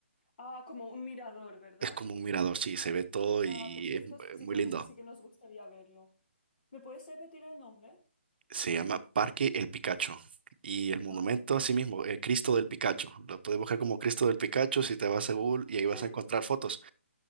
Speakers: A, on the left; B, on the right.
A: Ah, como un mirador, ¿verdad?
B: Es como un mirador, sí, se ve todo y
A: Ah, pues esto
B: es mu- eh,
A: sí
B: muy
A: que,
B: lindo.
A: sí que nos gustaría verlo. ¿Me puedes repetir el nombre?
B: Se llama Parque El Picacho. Y el monumento
A: Vale.
B: así mismo, el Cristo del Picacho. Lo puedes buscar como Cristo
A: Ah.
B: del Picacho si te vas a Google y
A: <laughs>
B: ahí vas a encontrar fotos.